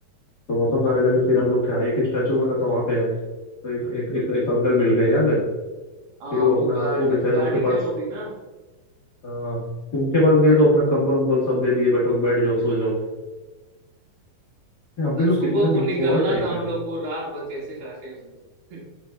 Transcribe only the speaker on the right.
हाँ
वो
गार्ड
गाड़ी
थे
वो भी ना
मतलब
सुबह
को
निकलना
था हम
लोग को रात भर कैसे काटे हम लोग